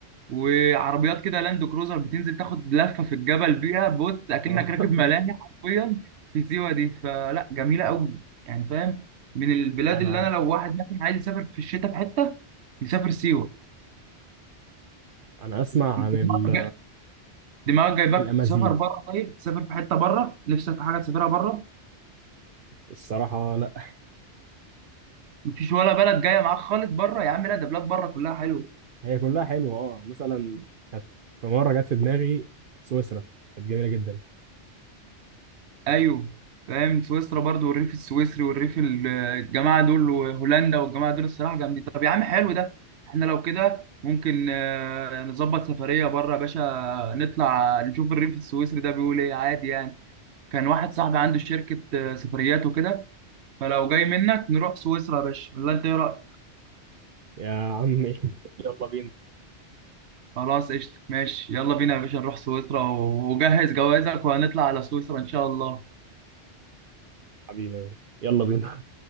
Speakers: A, on the right; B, on the right.
A: وعربيات كده لاند كروزر بتنزل تاخد لفه في الجبل بيها بص اكنك
B: اه
A: راكب
B: <laughs>
A: ملاهي حرفيا في سيوه دي فلا جميله قوي يعني فاهم من البلاد
B: انا
A: اللي انا لو واحد مثلا عايز يسافر في الشتاء في حته يسافر سيوه
B: انا اسمع
A: انت
B: عن
A: دماغك
B: ال...
A: جاي- دماغك جايبك
B: الامازيغ
A: تسافر بره طيب تسافر في حته بره نفسك في حاجه تسافرها بره
B: الصراحة لا
A: مفيش ولا بلد جايه معاك خالص بره يا عم لا ده بلاد بره كلها حلوه
B: هي كلها حلوه اه مثلا كانت في مره جت في دماغي سويسرا كانت جميله جدا
A: ايوه فاهم سويسرا برضو والريف السويسري والريف ال- الجماعه دول وهولندا والجماعه دول الصراحه جامدين طب يا عم حلو ده احنا لو كده ممكن آه، نظبط سفريه بره يا باشا نطلع نشوف الريف السويسري ده بيقول ايه عادي يعني كان واحد صاحبي عنده شركه آه، سفريات وكده فلو جاي منك نروح سويسرا يا باشا ولا انت ايه رايك
B: يا عمي <laughs> يلا بينا
A: خلاص قشطه ماشي يلا بينا يا باشا نروح سويسرا و- وجهز جوازك وهنطلع على سويسرا ان شاء الله
B: حبيبي يا باشا يلا بينا